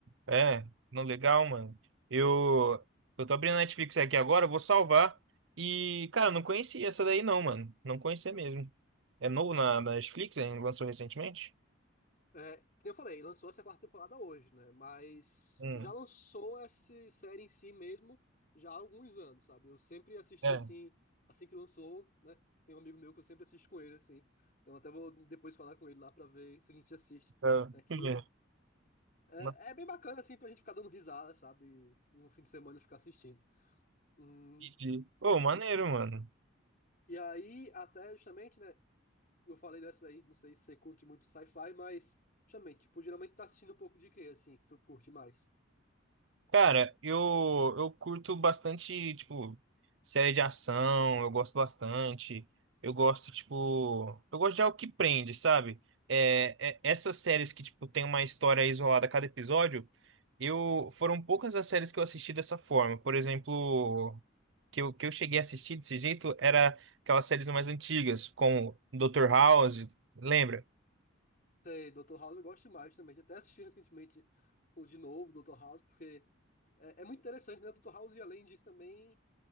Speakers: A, on the right; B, on the left.
A: É, não legal, mano. Eu, eu tô abrindo a Netflix aqui agora, eu vou salvar. E, cara, eu não conhecia essa daí não, mano. Não conhecia mesmo. É novo na, na Netflix, hein? Lançou recentemente?
B: É, que nem eu falei, lançou essa quarta temporada hoje, né? Mas
A: Hum,
B: já lançou essa série em si mesmo já há alguns anos, sabe? Eu sempre assisti
A: é.
B: assim, assim que lançou, né? Tem um amigo meu que eu sempre assisto com ele, assim. Então até vou depois falar com ele lá pra ver se a gente assiste,
A: Tá.
B: né? Que
A: <laughs>
B: é,
A: Não
B: é bem bacana, assim, pra gente ficar dando risada, sabe? E no fim de semana ficar assistindo. Hum,
A: entendi. Ô, maneiro, mano.
B: e aí, até justamente, né? Eu falei dessa aí, não sei se você curte muito sci-fi, mas justamente, tipo, geralmente tá assistindo um pouco de quê, assim, que tu curte mais?
A: Cara, eu, eu curto bastante, tipo, série de ação, eu gosto bastante. Eu gosto, tipo, eu gosto de algo que prende, sabe? É, é- essas séries que, tipo, tem uma história isolada a cada episódio, eu foram poucas as séries que eu assisti dessa forma. Por exemplo, que eu, que eu cheguei a assistir desse jeito era aquelas séries mais antigas, como Dr. House, lembra?
B: Sei, Doutor House eu gosto mais também. Eu Até assisti <laughs> recentemente o de novo, Doutor House, porque é, é muito interessante, né? Doutor House, e além disso, também,